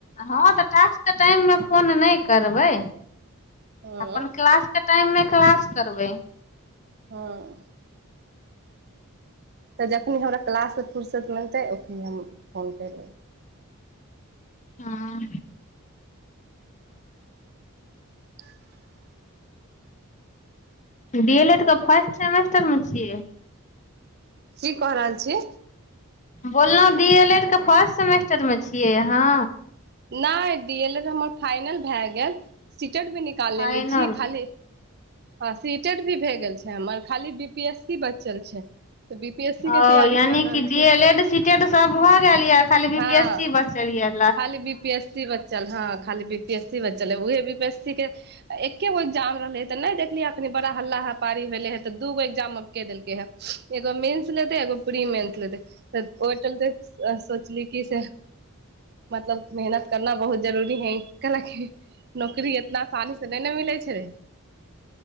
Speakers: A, on the left (about 35°); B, on the right (about 45°).
A: हँ तऽ टास्कके टाइममे फोन नहि करबै
B: हँ
A: अपन क्लासके टाइममे क्लास करबै
B: हँ तऽ जखनि हमरा क्लाससँ फुुरसत मिलतै ओखनि हम फोन करिलेबै
A: हँ
B: <unintelligible>
A: डी एल एड के फर्स्ट सेमेस्टरमे छियै
B: की कऽ रहल छी
A: बोललौं डी एल एड के फर्स्ट सेमेस्टरमे छियै अहाँ
B: नहि डी एल एड हमर फाइनल भए गेल टेट भी निकाल
A: फाइनल
B: लेने छी खाली हँ सीटेट भी भऽ गेल छै हमर खाली बी पी एस सी बचल छै बी पी एस सी के
A: ओ
B: तैयारी
A: यानि
B: कर रहल
A: कि
B: छी
A: डी एल एड सीटेड सब भऽ गेल यै खाली बी
B: हँ
A: पी एस सी बचल यै
B: खाली बी पी एस सी बचल हँ खाली बी पी एस सी बचल है उहे बी पी एस सी के एकेगो एग्जाम रहलै तऽ नहि देखलियै एखनी बड़ा हल्ला हपारी भेलै ह तऽ दूगो एग्जामब के देलकै हे एगो मेन्स लेतै एगो प्री मेन्स लेतै तऽ ओहि चलते सोचली की से मतलब मेहनत करना बहुत जरूरी है कल नौकरी इतना आसानी से नहि ने मिलै छै